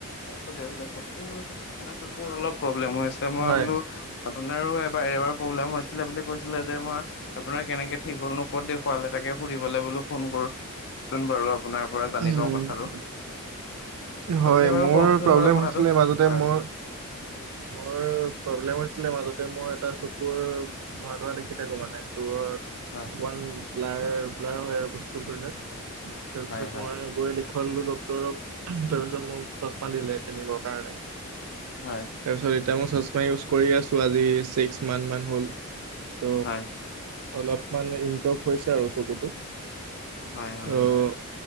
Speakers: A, on the left; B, on the right.
A: চলি আ চকুৰ এনে চকুৰ অলপ প্ৰব্লেম হৈ আছে মই
B: হয়
A: বোলো আপোনাৰো এবাৰ এবাৰ প্ৰব্লেম ছিলে বুলি কৈচিল। যে মই আপোনাৰ কেনেকে ঠিক হল নো ক'ত দেখুৱালে তাকে সুধবলৈ বো ফোন কৰো চোন বাৰু। আপোনাৰ পৰা জানি
B: উম
A: লও কথাটো।
B: হয়
A: আপুনি বাৰু
B: মোৰ
A: কওকচোন
B: প্ৰব্লেম
A: বাৰু কথাটো
B: হৈছিলে মাজতে
A: হয়
B: মোৰ মোৰ প্ৰব্লেম হৈছিলে মাজতে মই এটা চকুৰ ধোৱা-ধোৱা দেখি থাকো মানে দূৰত।
A: হয়
B: বন ব্লাৰ-ব্লাৰ হয় আৰু বস্তুবিলাক। তাৰপিছত
A: হয় হয়
B: মই গৈ খলো ডক্টৰক তাৰপিছত মোক চশমা দিলে পিন্ধিবৰ কাৰণে।
A: হয়
B: তাৰপিচত চচমা ইউজ কৰি আছো আজি ছিক্স মাথ মান হ'ল। ত'
A: হয়।
B: অলপমান ইম্প্ৰুভ হৈছে আৰু চকুতো।
A: হয় হয়
B: অ',
A: হয়